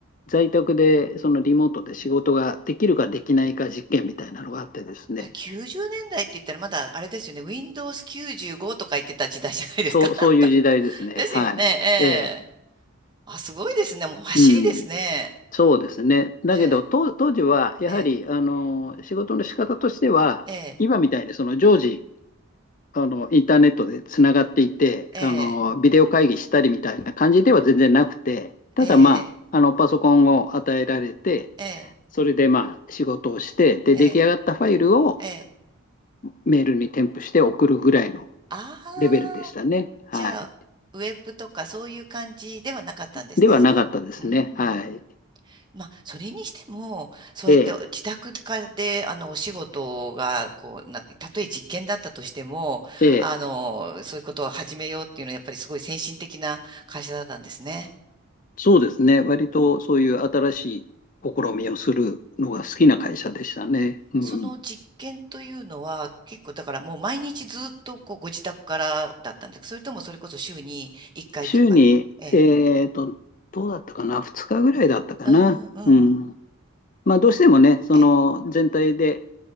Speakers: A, on the left (about 35°); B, on the right (about 20°).
A: 在宅でそのリモートで仕事ができるかできないか実験みたいなのがあってですね、
B: あ90年代って言ったらまだあれですよね、Windows 95とか言ってた時代じゃないですか。
A: そう、
B: <laughs>
A: そういう時代ですね。
B: なんかですよね、
A: はい。ええ、
B: ええ。あ、すごいですね。もう走りですね。
A: うん。そうですね。だけど、
B: ええ、
A: 当当時は、やはり、
B: ええ、
A: あの、仕事の仕方としては、
B: ええ、
A: 今みたいにその常時あの、インターネットでつながっていて、
B: ええ。
A: あの、ビデオ会議したりみたいな感じでは全然なくて、ただまあ、
B: ええ、
A: あの、パソコンを与えられて、
B: ええ、
A: それでまあ、仕事をして、で、
B: ええ、
A: 出来上がったファイルを
B: ええ。
A: メールに添付して送るぐらいの
B: ああ、
A: レベルでしたね。はい。
B: じゃあ、ウェブとかそういう感じではなかったんですね、
A: ではなかったですね。
B: その。うーん。
A: はい。
B: まあ、それにしても、そうやって自宅かで、
A: ええ、
B: あの、お仕事が、こう、な、たとえ実験だったとしても、
A: ええ、
B: あの、そういうことを始めようっていうのは、やっぱりすごい先進的な会社だったんですね。
A: そうですね。割とそういう新しい試みをするのが好きな会社でしたね。うん。
B: その実験というのは結構だからもう毎日ずっとこうご自宅からだったんですかそれともそれこそ週に1回とか。
A: 週に、
B: ええ。
A: えーと、どうだったかな、2日ぐらいだったかな。
B: うーん、うん。
A: うん。まあ、どうしてもね、その全体で、
B: ええ。